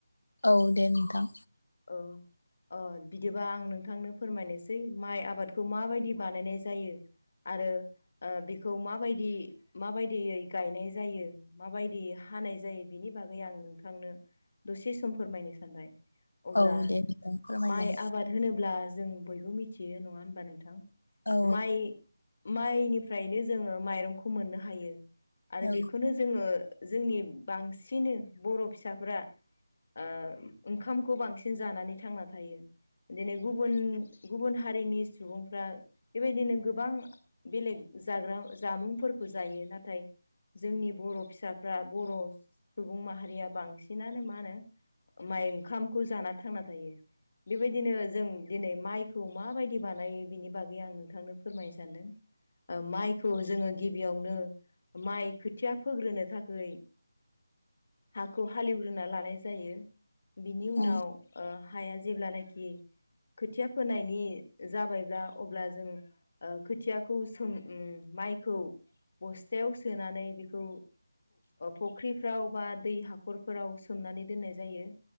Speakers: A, on the left; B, on the left.
A: औ दे नोंथां
B: ओ अ बिदिबा आं नोंथांनो फोरमायनोसै माइ आबादखौ माबायदि बानायनाय जायो आरो ओ बेखौ माबायदि माबायदियै गायनाय जायो माबायदि हानाय जायो बिनि बागै आं नोंथांनो दसे सम फोरमायनो सानबाय अब्ला
A: औ दे नोंथां फोरमायजागोन
B: माइ आबाद होनोब्ला जों बयबो मिथियो नङा होनबा नोंथां
A: औ
B: माइ माइनिफ्रायनो जोङो माइरंखौ मोननो हायो आरो
A: औ
B: बेखौनो जोङो जोंनि बांसिनो बर' फिसाफ्रा ओ ओंखामखौ बांसिन जानानै थांना थायो बिदिनो गुबुन गुबुन हारिनि सुबुंफ्रा बेबायदिनो गोबां बेलेग जाग्रा जामुंफोरखौ जायो नाथाय जोंनि बर' फिसा जोंहा बर' सुबुं माहारिया बांसिनानो मा होनो माइ ओंखामखौ जाना थांना थायो बेबायदिनो जों दिनै माइखौ माबायदि बानायो बिनि बागै आं नोंथांनो फोरमायनो सानदों माइखौ जोङो गिबियावनो माइ खोथिया फोग्रोनो थाखाय हाखौ हालेवग्रोना लानाय जायो बिनि उनाव
A: औ
B: हाया जेब्लानाखि खोथिया फोनायनि जाबायब्ला अब्ला जों खोथियाखौ सोम माइखौ बस्थायाव सोनानै बेखौ फुख्रिफ्राव बा दै हाखरफोराव सोमनानै दोननाय जायो